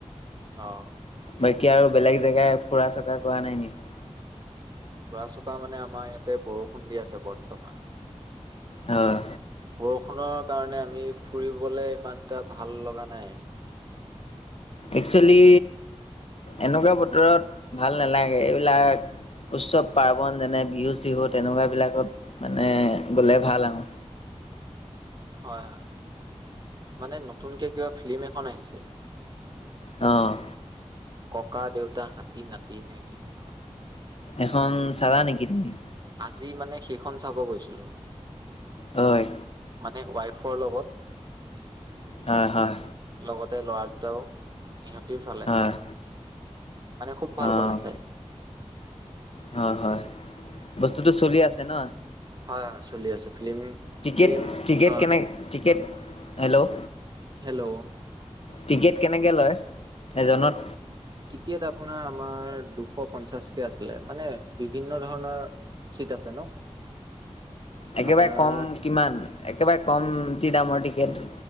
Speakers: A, on the right; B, on the left.
A: অ'।
B: বাকী আৰু বেলেগ জেগাই ফুৰা চকা কৰা নাই নেকি?
A: ফুৰা চকা মানে আমাৰ ইয়াতে বৰষুণ দি আছে বৰ্তমান।
B: হয়।
A: বৰষুণৰ কাৰণে আমি ফুৰিবলে ইমান এটা ভাল লগা নাই।
B: একচুৱেলি এনেকুৱা বতৰত ভাল নালাগে, এইবিলাক উৎসৱ পাৰ্বণ যেনে বিহু চিহু তেনেকুৱাবিলাকত মানে গ'লে ভাল আৰু।
A: হয় হয়। মানে নতুনকে কিবা ফিল্ম এখন আহিছে।
B: অঁ।
A: ককা দেউতা হাতী নাতি নে কি এইখন?
B: এখন চাবা নেকি তুমি?
A: আজি মানে সেইখন চাব গৈছিলো।
B: হয়।
A: মানে ৱাইফৰ লগত।
B: হয় হয়।
A: লগতে ল'ৰা দুটাও সিহঁতিও চালে
B: হয়।
A: মানে খুব ভাল
B: অ',
A: পালে চাই।
B: হয় হয় বস্তুটো চলি আছে ন?
A: হয় হয় চলি আছে ফিল্ম
B: টিকেট
A: ফিল্ম
B: টিকেট
A: অ
B: কেনে টিকেট হেল্ল'
A: হেল্ল'
B: টিকেট কেনেকৈ লয় এজনত?
A: টিকেট আপোনাৰ আমাৰ দুশ পঞ্চাশ কেে আছিলে মানে বিভিন্ন ধৰণৰ চীত আছে ন।
B: একেবাৰে
A: আপোনাৰ
B: কম কিমান একেবাৰে কমটি দামৰ টিকেট?